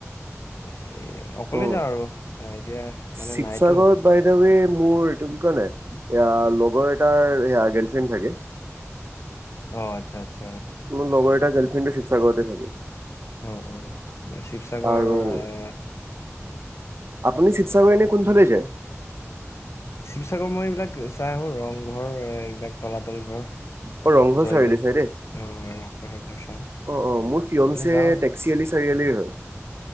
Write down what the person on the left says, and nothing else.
এ, অকলে
যাওঁ আৰু এতিয়া মানে
নাইতো।
অ আচ্ছা আচ্চা।
অ অ শিৱসাগৰ
আহ।
শিৱসাগৰ মই এইবিলাক চাই আহো ৰংঘৰ এইবিলাক তলাতল ঘৰ।
জয়দল
আহংশক চাওঁ।
মানে যাওঁ আৰু